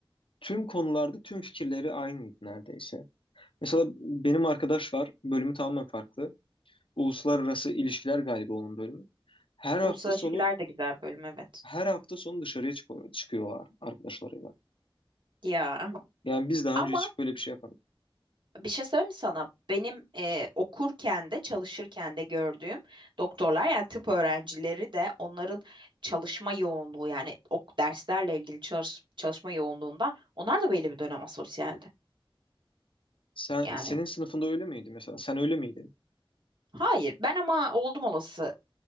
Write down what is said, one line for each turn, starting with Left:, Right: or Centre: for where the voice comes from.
Left: tüm konularda tüm fikirleri aynıydı neredeyse. Mesela benim arkadaş var. Bölümü tamamen farklı. Uluslararası ilişkiler galiba onun bölümü. Her hafta
Right: Uluslararası
Left: sonu
Right: ilişkiler de güzel bölüm evet.
Left: her hafta sonu dışarıya çıkıyor, çıkıyorlar arkadaşlarıyla.
Right: Ya
Left: Yani biz daha
Right: ama
Left: önce hiç böyle bir şey yapmadık.
Right: bir şey söyleyeyim mi sana? Benim e, okurken de çalışırken de gördüğüm doktorlar yani tıp öğrencileri de onların çalışma yoğunluğu yani ok derslerle ilgili çalış- çalışma yoğunluğundan onlar da belli bir dönem asosyaldi.
Left: Sen,
Right: Yani
Left: senin sınıfında öyle miydi mesela? Sen öyle miydin?
Right: hayır ben ama oldum olası